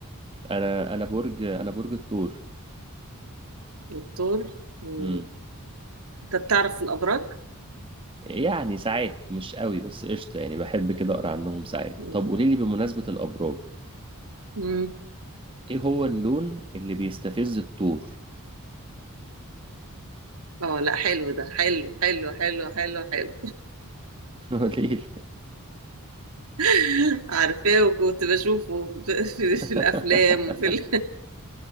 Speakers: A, on the right; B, on the right.
A: انا انا برج انا برج الثور
B: الثور مم.
A: امم
B: أنت بتعرف في الأبراج؟
A: يعني ساعات مش قوي بس قشطة يعني بحب كده اقرا عنهم ساعات
B: مم.
A: طب قولي لي بمناسبة الابراج
B: مم.
A: ايه هو اللون اللي بيستفز الطور
B: اه لا حلو ده حلو حلو حلو حلو حلو
A: <laughs> هو ليه
B: <laughs> عارفاه وكنت بشوفه في, <laughs> في, في
A: <laughs>
B: الأفلام وفي ال...